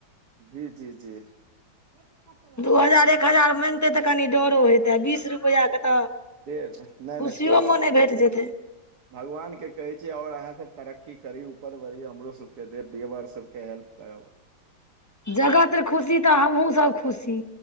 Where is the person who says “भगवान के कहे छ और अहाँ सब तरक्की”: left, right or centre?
Right